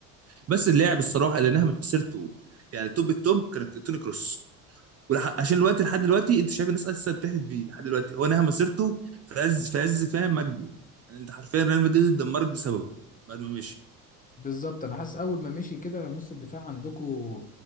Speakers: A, on the right (about 35°); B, on the left (about 15°).
A: بس اللاعب الصراحه اللي نهى مسيرته يعني توب التوب كان توني كروس ولح... عشان الوقت لحد دلوقتي انت شايف الناس لسه بتحلف بيه لحد دلوقتي هو نهى مسيرته في عز في عز فاهم مجده يعني انت حرفيا ريال مدريد اتدمرت بسببه بعد ما مشي
B: بالظبط انا حاسس اول ما مشي كده نص الدفاع عندكو